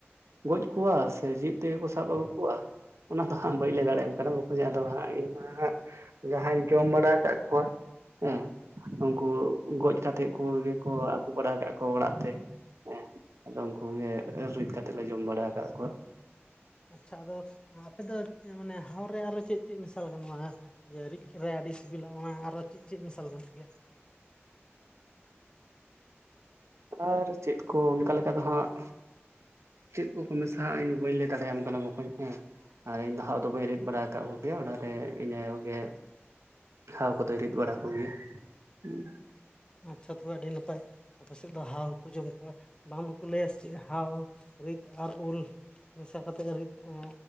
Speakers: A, on the right; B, on the left.
A: ᱜᱚᱡ ᱠᱚᱣᱟ ᱥᱮ ᱡᱮᱣᱮᱫ ᱛᱮᱜᱮ ᱠᱚ ᱥᱟᱵ ᱟᱹᱜᱩ ᱠᱚᱣᱟ ᱚᱱᱟ ᱫᱚ ᱦᱟᱸᱜ ᱵᱟᱹᱧ ᱞᱟᱹᱭ ᱫᱟᱲᱮᱭᱟᱢ ᱠᱟᱱᱟ ᱵᱟᱠᱚᱧ ᱟᱫᱚ ᱦᱟᱸᱜ ᱤᱧ ᱢᱟ ᱦᱟᱸᱜ ᱡᱟᱦᱟᱸᱧ ᱡᱚᱢ ᱵᱟᱲᱟ ᱠᱟᱜ ᱠᱩᱣᱟ, ᱮᱸ ᱩᱱᱠᱩ ᱜᱚᱡ ᱠᱟᱛ ᱛᱮᱫ ᱠᱚ ᱜᱮᱠᱚ ᱵᱟᱲᱟ ᱠᱟᱫ ᱠᱚᱣᱟ ᱚᱲᱟᱜ ᱛᱮ, ᱦᱮᱸ ᱟᱫᱚ ᱩᱱᱠᱩ ᱜᱮ ᱨᱤᱫ ᱠᱟᱛᱮ ᱞᱮ ᱡᱚᱢ ᱵᱟᱲᱟ ᱟᱠᱟᱫ ᱠᱚᱣᱟ᱾
B: ᱟᱪᱪᱷᱟ ᱟᱫᱚ ᱟᱯᱮᱫ ᱫᱚ ᱢᱟᱱᱮ ᱦᱟᱣ ᱨᱮ ᱟᱨᱚ ᱪᱮᱫ ᱪᱮᱫ ᱢᱮᱥᱟᱞ ᱜᱟᱱᱚᱜᱼᱟ᱾ ᱡᱮ ᱨᱤᱡ ᱨᱮ ᱟᱹᱰᱤ ᱥᱤᱵᱤᱞᱟ ᱚᱱᱟ ᱟᱨᱚ ᱪᱮᱫ ᱪᱮᱫ ᱢᱮᱥᱟᱞ ᱜᱟᱱᱚᱜ ᱜᱮᱭᱟ?
A: ᱟᱨ ᱪᱮᱫ ᱠᱚ ᱚᱱᱠᱟ ᱞᱮᱠᱟ ᱫᱚ ᱦᱟᱸᱜ ᱪᱮᱫ ᱠᱚᱠᱚ ᱢᱮᱥᱟᱦᱟᱜᱼᱟ ᱤᱧᱫᱚ ᱵᱟᱹᱧ ᱞᱟᱹᱭ ᱫᱟᱲᱮᱭᱟᱢ ᱠᱟᱱᱟ ᱵᱚᱠᱚᱧ ᱦᱮᱸ᱾ ᱟᱨ ᱤᱧ ᱫᱚ ᱦᱟᱣ ᱫᱚ ᱵᱟᱹᱧ ᱨᱤᱫᱽ ᱵᱟᱲᱟ ᱟᱠᱟᱫ ᱠᱚᱜᱮᱭᱟ ᱚᱱᱟ ᱨᱮ ᱤᱧ ᱟᱭᱳ ᱜᱮ ᱦᱟᱣ ᱠᱚᱫᱚᱭ ᱨᱤᱫ ᱵᱟᱲᱟ ᱠᱚᱜᱮᱭᱟ ᱦᱩᱸ᱾
B: ᱟᱪᱪᱷᱟ ᱛᱚᱵᱮ ᱟᱹᱰᱤ ᱱᱟᱯᱟᱭ᱾ ᱟᱯᱮ ᱥᱮᱫ ᱫᱚ ᱦᱟᱣ ᱦᱚᱸᱠᱚ ᱡᱚᱢ ᱠᱚᱣᱟ᱾ ᱵᱟᱝᱢᱟ ᱠᱚ ᱞᱟᱹᱭᱟ ᱥᱮ ᱪᱮᱫ ᱦᱟᱣ ᱨᱤᱫ ᱟᱨ ᱩᱞ ᱢᱮᱥᱟ ᱠᱟᱛᱮᱫ ᱜᱮ ᱨᱤᱫᱽ ᱚᱸ